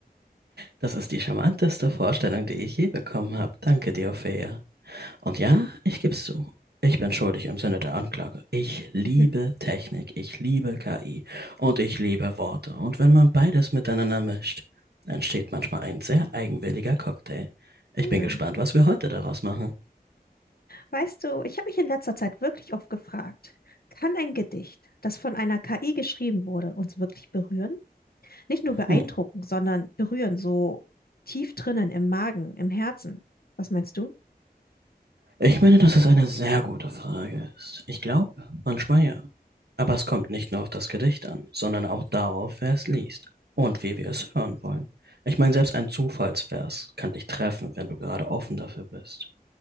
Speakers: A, on the right; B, on the left.
A: Das ist die charmanteste Vorstellung, die ich je bekommen habe. Danke dir, Ophelia. Und ja, ich geb's zu. Ich bin schuldig im Sinne der Anklage. Ich liebe
B: <laughs>
A: Technik, ich liebe KI und ich liebe Worte. Und wenn man beides miteinander mischt, entsteht manchmal ein sehr eigenwilliger Cocktail. Ich
B: Hm.
A: bin gespannt, was wir heute daraus machen.
B: Weißt du, ich habe mich in letzter Zeit wirklich oft gefragt, kann ein Gedicht, das von einer KI geschrieben wurde, uns wirklich berühren? Nicht nur beeindrucken,
A: Hm.
B: sondern berühren, so tief drinnen im Magen, im Herzen. Was meinst du?
A: Ich meine, dass es eine sehr gute Frage ist. Ich glaube, manchmal ja. Aber es kommt nicht nur auf das Gedicht an, sondern auch darauf, wer es liest und wie wir es hören wollen. Ich meine, selbst ein Zufallsvers kann dich treffen, wenn du gerade offen dafür bist.